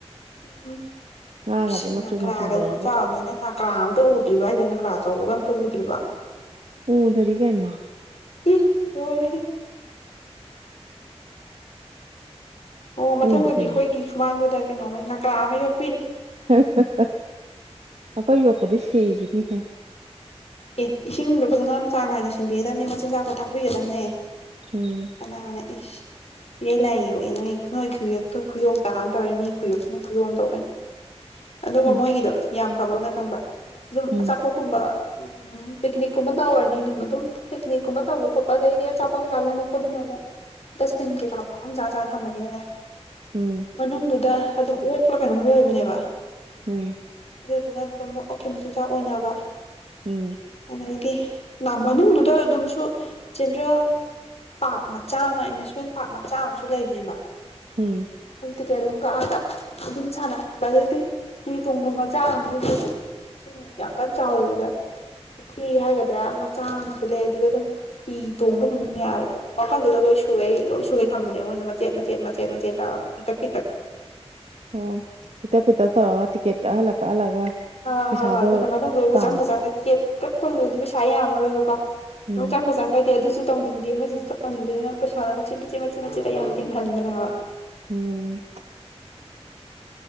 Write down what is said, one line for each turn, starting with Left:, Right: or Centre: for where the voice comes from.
Left: ꯎꯝ
Right: ꯉꯥꯒꯁꯦ
Left: ꯏꯁ
Right: ꯃꯆꯨ
Left: ꯉꯀ꯭ꯔꯥꯒꯗꯣ
Right: ꯃꯆꯨ ꯂꯩꯔꯒ
Left: ꯈꯨꯆꯥꯎꯃꯅꯤ ꯅꯪ ꯉꯀ꯭ꯔꯥ ꯑꯃꯨꯛꯇ ꯎꯗ꯭ꯔꯤꯕ ꯍꯥꯏꯁꯦ ꯉꯀ꯭ꯔꯥ ꯑꯆꯧꯕꯒ ꯑꯝꯇ ꯎꯗ꯭ꯔꯤꯕ
Right: ꯎꯗꯔꯤ ꯀꯩꯅꯣ
Left: ꯏ ꯑꯣꯏꯔꯦꯍꯦ ꯑꯣ ꯃꯊꯪꯗꯗꯤ
Right: ꯎꯗꯔꯤꯌꯦ
Left: ꯑꯩꯈꯣꯏꯒꯤ ꯁꯨꯃꯥꯡꯗꯨꯗ ꯀꯩꯅꯣꯃꯅꯤ ꯉꯀ꯭ꯔꯥ ꯑꯃꯥ ꯌꯣꯛ
Right: ꯍꯥ ꯍꯥ ꯍꯥ ꯑꯈꯣꯏ ꯌꯣꯛꯄꯗꯤ ꯁꯤꯒꯤꯅꯤ ꯍꯦ
Left: ꯑꯦ ꯏꯁꯤꯡꯗꯣ ꯐꯖꯅ ꯆꯥꯡ ꯅꯥꯏꯅ ꯁꯤꯟꯕꯤꯒꯗꯝꯅꯦ ꯃꯆꯤꯟꯖꯥꯛꯇꯣ ꯊꯥꯛꯄꯤꯒꯗꯝꯅꯦ
Right: ꯎꯝ
Left: ꯀꯅꯥꯅ ꯏꯁ <unintelligible> ꯅꯣꯏ ꯈꯨꯌꯣꯛꯇꯨ ꯈꯨꯌꯣꯛ ꯇꯥꯑꯝ ꯇꯧꯋꯦ ꯃꯤ ꯈꯨꯌꯣꯛꯛꯇꯨꯅ ꯈꯨꯌꯣꯛ ꯑꯝ ꯇꯧꯋꯦ ꯑꯗꯨꯒ
Right: ꯎꯝ
Left: ꯃꯣꯏꯒꯤꯗꯣ ꯌꯥꯝ ꯑꯐꯕ ꯑꯃꯅ ꯈꯪꯕ꯭ꯔ ꯑꯗꯨꯝ
Right: ꯎꯝ
Left: ꯑꯆꯥꯄꯣꯠꯀꯨꯝꯕ ꯎꯝ ꯄꯤꯛꯅꯤꯛ ꯀꯨꯝꯕ ꯇꯧꯔꯅꯤ ꯑꯗꯨꯝ ꯑꯗꯨꯝ ꯄꯤꯛꯅꯤꯛ ꯀꯨꯝꯕ ꯇꯧꯔꯅꯤ ꯑꯗꯨꯝ ꯄꯤꯛꯅꯤꯛ ꯀꯨꯝꯕ ꯇꯧꯕ ꯈꯣꯠꯄ ꯑꯗꯩꯗꯤ ꯑꯆꯥꯄꯣꯠ ꯀꯩꯀꯥ ꯂꯩꯦꯝꯃꯛꯄꯗꯨꯅ ꯑꯃꯨꯛ ꯗꯁꯕꯤꯟ ꯀꯩꯀꯥ ꯃꯐꯝ ꯆꯥ ꯆꯥꯅ ꯊꯝꯝꯕꯅꯤꯅ ꯑꯦ
Right: ꯎꯝ
Left: ꯃꯅꯨꯡꯗꯨꯗ ꯑꯗꯨꯝ ꯑꯣꯛꯂ ꯀꯩꯅꯣꯝ ꯂꯣꯏꯕꯅꯦꯕ
Right: ꯎꯝ
Left: ꯑꯗꯨꯗꯨꯅ ꯑꯗꯨꯝ ꯑꯣꯛꯀꯤ ꯃꯆꯤꯟꯖꯥꯛ ꯑꯣꯏꯅꯕ
Right: ꯎꯝ
Left: ꯑꯗꯩꯗꯤ ꯃꯅꯨꯡꯗꯨꯗ ꯑꯗꯨꯝꯁꯨ ꯆꯦꯟꯗ꯭ꯔꯦꯜ ꯄꯥꯔꯛ ꯃꯆꯥ ꯑꯃ ꯑꯃ꯭ꯌꯨꯁꯃꯦꯟ ꯄꯥꯔꯛ ꯃꯆꯥ ꯑꯃꯁꯨ ꯂꯩꯕꯅꯦꯕ
Right: ꯎꯝ
Left: ꯇꯤꯛꯀꯦꯠ ꯑꯗꯨꯝ ꯀꯛꯑꯒ ꯑꯗꯨꯝ ꯁꯥꯟꯅꯍꯟꯕ ꯑꯗꯨꯗꯤ ꯍꯤ ꯇꯣꯡꯕ ꯃꯆꯥ ꯑꯃꯁꯨ ꯂꯩ ꯏꯁꯤꯡ ꯌꯥꯝ ꯀꯟꯅ ꯆꯥꯎꯗꯕꯤꯗ ꯄꯨꯈ꯭ꯔꯤ ꯍꯥꯏꯒꯗ꯭ꯔꯥ ꯃꯆꯥ ꯑꯃꯁꯨ ꯂꯩ ꯑꯗꯨꯗ ꯑꯗꯨꯝ ꯍꯤ ꯇꯣꯡꯕ ꯑꯗꯨꯝ ꯌꯥꯔꯦ ꯑꯗꯨꯝ ꯃꯐꯝꯗꯨꯗ ꯂꯣꯏ ꯁꯨꯒꯩ ꯂꯣꯏ ꯁꯨꯒꯩ ꯊꯝꯕꯅꯦꯕ ꯃꯣꯏꯅ ꯃꯆꯦꯠ ꯃꯆꯦꯠ ꯆꯦ ꯃ ꯆꯦ ꯇꯧꯔ ꯄꯤꯇꯛ ꯄꯤꯇꯛ
Right: ꯑꯣ ꯄꯤꯇꯛ ꯄꯤꯇꯛ ꯇꯧꯔ ꯇꯤ ꯀꯦꯠ ꯀꯛꯍꯜ ꯀꯛꯍꯜꯂꯒ
Left: ꯍ
Right: ꯄꯩꯁꯥꯗꯣ
Left: ꯍꯣꯏ ꯍꯣꯏ ꯑꯗꯨꯅ ꯃꯅꯨꯡꯗꯕꯨ
Right: ꯇꯥꯟ
Left: ꯆꯡꯕꯨ ꯆꯡꯒ ꯇꯤꯀꯦꯠ ꯀꯛꯄꯗ ꯄꯩꯁꯥ ꯄꯩꯁꯥ ꯌꯥꯝꯃꯔꯣꯏꯕꯀꯣ
Right: ꯎꯝ
Left: ꯅꯨꯡ ꯆꯪꯕꯨ ꯆꯪꯒ꯭ꯔꯗꯤ ꯑꯗꯨꯁꯨ ꯇꯧꯅꯤꯡꯗꯦ ꯑꯃꯁꯨꯁꯨ ꯇꯧꯅꯤꯡꯗꯗꯅ ꯄꯩꯁꯥꯗ ꯃꯆꯦꯠ ꯃꯆꯦꯠ ꯃꯆꯦ ꯃꯆꯦꯠꯇ ꯌꯥꯝ ꯇꯤꯡꯍꯟꯕꯅꯦ ꯍꯥꯏꯕ
Right: ꯎꯝ